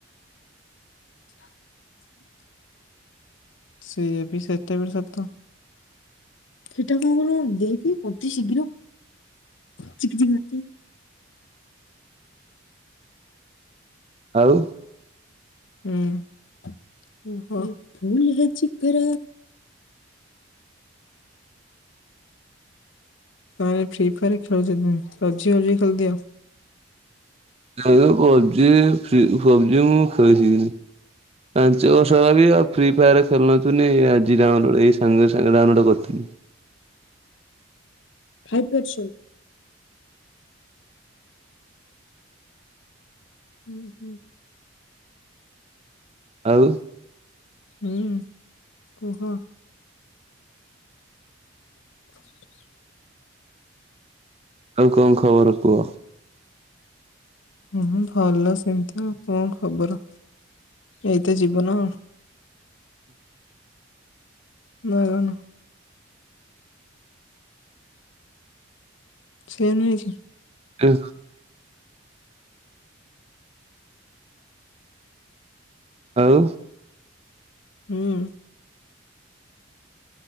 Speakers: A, on the left; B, on the right.
A: ହ ସେଇଆ ବି ସେଇଟା ବି ସତ। ସେଟା କଣ ଦେଇକି ଅତି ଶୀଘ୍ର, ଚିକି ଚିକି ମାରୁଚି।
B: ଆଉ
A: ହୁଁ- ହଁ ଫୁଲ ହେ ଚିକିରା ହଁ- ମୁଁ ଫ୍ରି ଫାୟାରରେ ଖେଳୁଥିଲି, ପବଜି ଫବଜି ଖେଳିଦିଅ।
B: ନାଁ ମ ପବଜି, ଫ୍ରି ପବଜି ମୁଁ ଖେଳିବିନି। ପାଞ୍ଚ ବର୍ଷ ହେଲା ବି ଆଉ ଫ୍ରି ଫାୟାର ଖେଳୁନଥିଲି, ଆଜି ଡାଉନଲୋଡ ଏଇ ସାଙ୍ଗେ ସାଙ୍ଗେ ଡାଉନଲୋଡ କରିଥିଲି।
A: ଫାଇଫ ଅଛୁ ହୁଁ- ହୁଁ।
B: ଆଉ
A: ହୁଁ କୁହ? <inaudible>
B: ଆଉ କଣ ଖବର କୁହ?
A: ହୁଁ ଭଲ ସେମିତି ଆଉ, କଣ ଖବର? ଏଇତ ଜୀବନ। <unintelligible> ସେ ନୁହେଁ କି?
B: <unintelligible> ଆଉ
A: ହଁ।